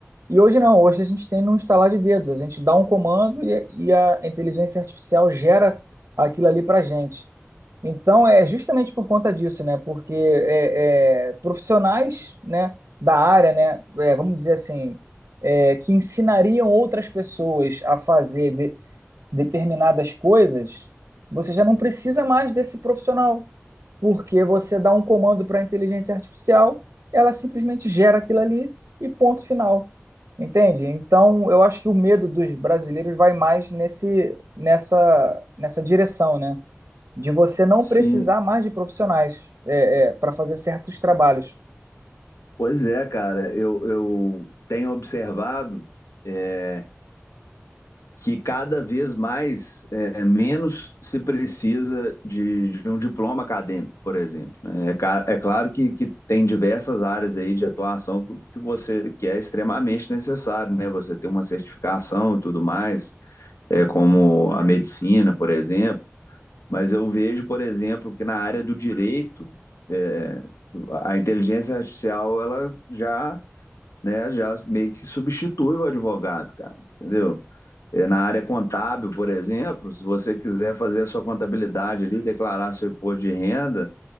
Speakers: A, on the right (about 70°); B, on the left (about 80°).
A: E hoje não, hoje a gente tem no instalar de dedos, a gente dá um comando e, e a inteligência artificial gera aquilo ali para gente. Então é justamente por conta disso, né? Porque é, é, profissionais, né, da área, né, é, vamos dizer assim, é, que ensinariam outras pessoas a fazer de- determinadas coisas, você já não precisa mais desse profissional. Porque você dá um comando para a inteligência artificial, ela simplesmente gera aquilo ali e ponto final. Entende? Então, eu acho que o medo dos brasileiros vai mais nesse, nessa, nessa direção, né? De você não
B: Sim,
A: precisar mais de profissionais é, para fazer certos trabalhos.
B: pois é, cara. Eu, eu tenho observado é, que cada vez mais é, menos se precisa de, de, um diploma acadêmico, por exemplo. né? É, é claro que, que, tem diversas áreas aí de atuação que você que é extremamente necessário, né? Você tem uma certificação e tudo mais, é, como a medicina, por exemplo. Mas eu vejo, por exemplo, que na área do direito é, a inteligência artificial ela já né, já meio que substitui o advogado, cara, entendeu? É, Na área contábil, por exemplo, se você quiser fazer a sua contabilidade ali, declarar seu imposto de renda,